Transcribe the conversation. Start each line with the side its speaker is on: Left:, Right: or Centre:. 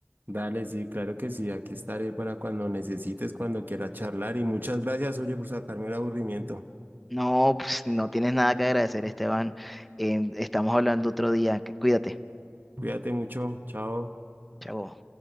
Right: Dale, sí, claro que sí, aquí estaré para cuando necesites, cuando quieras charlar y muchas gracias, oye, por sacarme el aburrimiento.
Centre: No, pues no tienes nada que agradecer, Esteban. Em, estamos hablando otro día. que- Cuídate.
Right: Cuídate mucho, chao.
Centre: Chao.